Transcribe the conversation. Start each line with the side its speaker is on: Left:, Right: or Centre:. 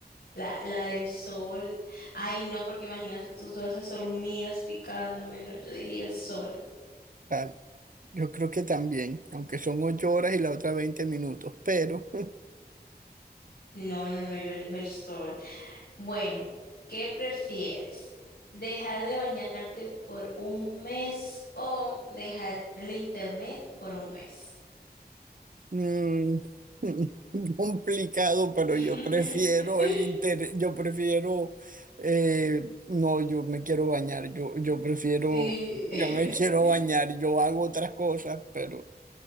Left: la, la del sol. Ay, no, porque imagínate tú todas esas hormigas picándome. No, yo diría el sol.
Right: Tal. Yo creo que también, aunque son ocho horas y la otra 20 minutos, pero <laughs>
Left: No, no, no, yo elijo el sol. Bueno, ¿qué prefieres? ¿Dejar de bañarte por un mes o dejar el internet por un mes?
Right: Mm, <laughs> complicado, pero
Left: <laughs>
Right: yo prefiero el interés, yo prefiero, eh, no, yo me quiero bañar, yo, yo prefiero,
Left: Sí,
Right: yo me
Left: <laughs>
Right: <laughs> quiero bañar, yo hago otras cosas, pero